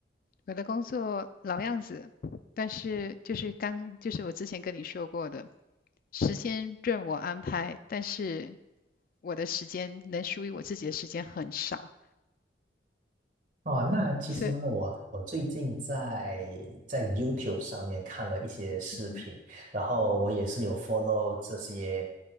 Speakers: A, on the left (about 50°); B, on the right (about 40°).
A: 我的工作老样子，但是就是刚就是我之前跟你说过的，时间任我安排，但是我的时间能属于我自己的时间很少，
B: 哦，那其实呢，
A: 所以
B: 我我最近在在 YouTube 上面看了一些视频，
A: 嗯哼
B: 然后我也是有 follow 这些